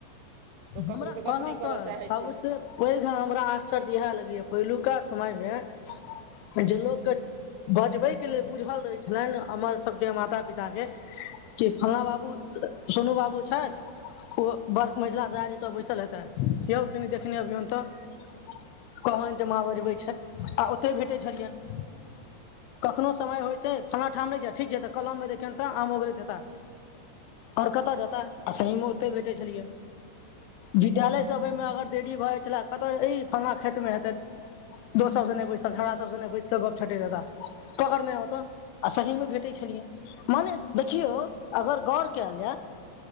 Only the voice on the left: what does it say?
हमरा
कहलौ
तै
सभसे
वही हमरा आश्चर्ज इहे लगय यै पहिलुका समय मे जे लोक के बजबै के लेलनबुझल रहै छलैन हमर सभके माता-पिता के कि फलना बाबू, सोनू बाबू छैथ ओ बड़ मैझलऽ राज ऐता बैसल हेतै यौ कनि देखने अभियौन तऽ कहबैन जे माँ बजबै छैथ आ ओते भेटै छलयैन कखनो समय होयते फलना ठाम नै छै ठीक छै तै कलम में देखहियैन ते आम ओगरैत हेता। और कता जता आ सही मे ओते भेटे छलियै। विद्यालय से आबे मे अगर देरी भऽ जाए छले कता ई फल्लना खेत मे हेतै। दोस सभ संगे नै सभसे नै बैस के गप छटेत हेता, पकड़ना आउ तै। आ सही मे भेटै छलियै मने देखियौ अगर गौर कैल जाय